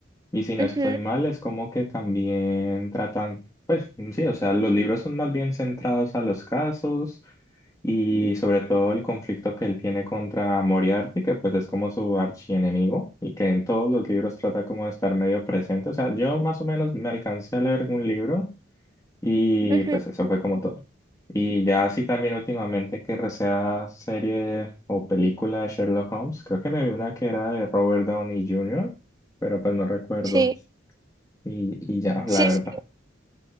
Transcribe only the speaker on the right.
Ujú,
ujú,
Sí,
sí,
sí,